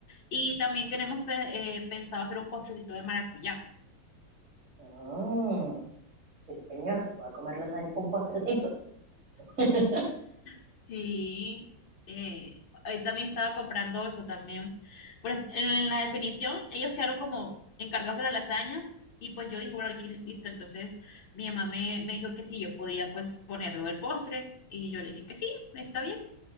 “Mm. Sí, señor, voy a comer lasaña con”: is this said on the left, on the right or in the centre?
Right